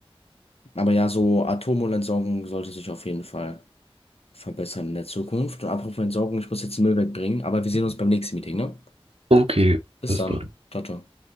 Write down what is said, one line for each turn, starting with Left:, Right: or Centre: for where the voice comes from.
Left: Aber ja, so Atommüllentsorgung sollte sich auf jeden Fall verbessern in der Zukunft. Und apropos Entsorgung, ich muss jetzt den Müll wegbringen, aber wir sehen uns beim nächsten Meeting, ne?
Right: Okay,
Left: Bis
Right: bis
Left: dann.
Right: dann.
Left: Ciao, ciao.